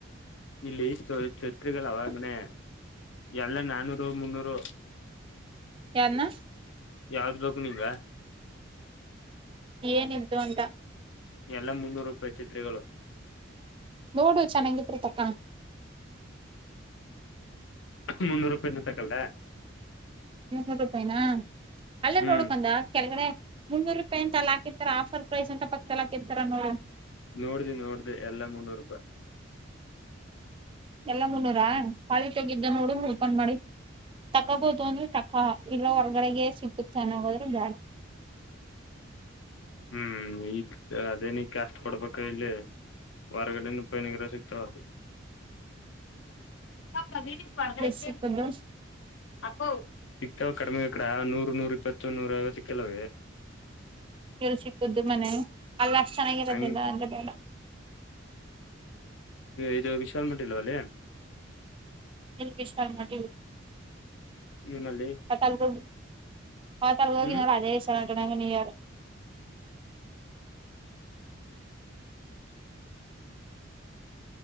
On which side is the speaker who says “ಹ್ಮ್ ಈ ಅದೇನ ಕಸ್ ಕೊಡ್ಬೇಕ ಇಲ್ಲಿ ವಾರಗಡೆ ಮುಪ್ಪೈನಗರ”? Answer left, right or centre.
Left